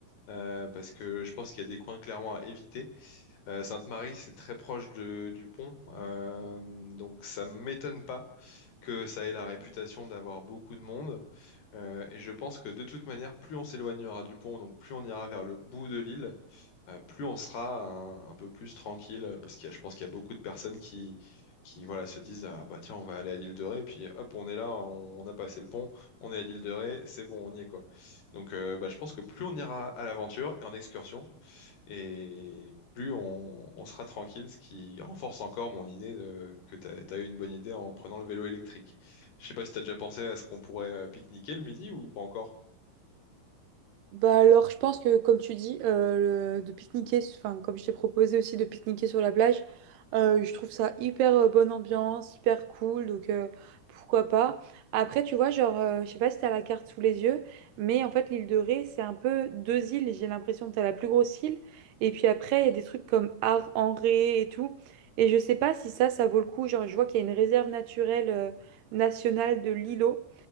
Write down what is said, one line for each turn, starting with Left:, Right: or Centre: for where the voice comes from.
Left: euh, parce que je pense qu'il y a des coins clairement à éviter. Euh, Sainte-Marie, c'est très proche de- du pont, euh, donc ça m'étonne pas que ça ait la réputation d'avoir beaucoup de monde. Euh, et je pense que de toute manière, plus on s'éloignera du pont, donc plus on ira vers le bout de l'île, euh, plus on sera un, un peu plus tranquille, euh, parce que je pense qu'il y a beaucoup de personnes qui, qui voilà, se disent, ah bah tiens, on va aller à l'île de Ré, puis hop, on est là, on, on a passé le pont, on est à l'île de Ré, c'est bon, on y est quoi. Donc euh, bah, je pense que plus on ira à l'aventure et en excursion, et plus on, on sera tranquille, ce qui renforce encore mon idée de, que t'as, t'as eu une bonne idée en prenant le vélo électrique. Je sais pas si t'as déjà pensé à ce qu'on pourrait euh, pique-niquer le midi ou pas encore.
Right: Bah alors, je pense que comme tu dis, euh, le- de pique-niquer, enfin comme je t'ai proposé aussi de pique-niquer sur la plage, euh, je trouve ça hyper euh, bonne ambiance, hyper cool, donc euh, pourquoi pas. Après, tu vois, genre, euh, je sais pas si t'as la carte sous les yeux, mais en fait l'île de Ré, c'est un peu deux îles. J'ai l'impression que t'as la plus grosse île, et puis après il y a des trucs comme Ar en Ré et tout. Et je sais pas si ça, ça vaut le coup. Genre, je vois qu'il y a une réserve naturelle euh, nationale de l'îlot.